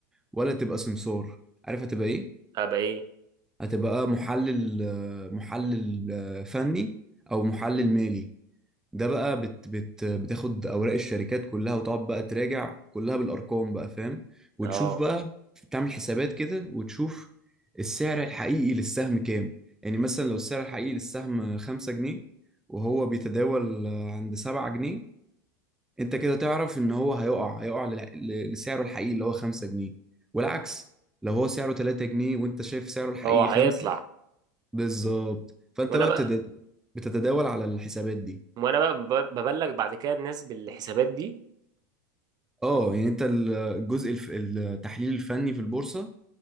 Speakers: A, in the centre; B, on the right.
A: ولا تبقى سمسار عارف هتبقى ايه
B: ابقى ايه
A: هتبقى محلل آه، محلل آه، فني او محلل مالي ده بقى بت بت بتاخد اوراق الشركات كلها وتقعد بقى تراجع كلها بالارقام بقى فاهم وتشوف
B: اه
A: بقى تعمل حسابات كده وتشوف السعر الحقيقي للسهم كام يعني مثلا لو السعر الحقيقي للسهم خمسة جنيه وهو بيتداول عند سبعة جنيه انت كده تعرف ان هو هيقع هيقع لل- ل- لسعره الحقيقي اللي هو خمسة جنيه والعكس لو هو سعره تلاتة جنيه وانت شايف سعره الحقيقي
B: هو هيطلع
A: خمسة بالظبط فانت
B: وانا
A: بقى
B: بقى
A: بتد- بتتداول على الحسابات دي
B: وانا بقى بب- ببلغ بعد كده الناس بالحسابات دي
A: اه يعني انت ال- الجزء الف... التحليل الفني في البورصة